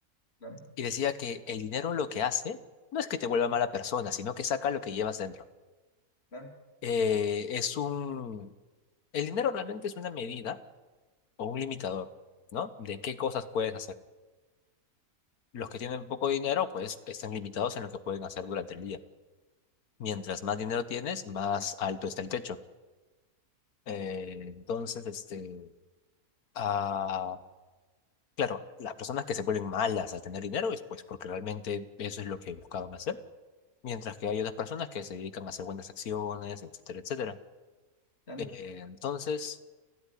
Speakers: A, on the left; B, on the left.
A: claro,
B: y decía que el dinero lo que hace no es que te vuelva mala persona, sino que saca lo que llevas dentro.
A: claro,
B: Eh, es un... El dinero realmente es una medida o un limitador, ¿no? De qué cosas puedes hacer. Los que tienen poco dinero, pues están limitados en lo que pueden hacer durante el día. Mientras más dinero tienes, más alto está el techo. Eh, entonces, este... ah, claro, las personas que se vuelven malas al tener dinero es pues porque realmente eso es lo que buscaban hacer mientras que hay otras personas que se dedican a hacer buenas acciones, etcétera, etcétera.
A: claro,
B: Eh, entonces,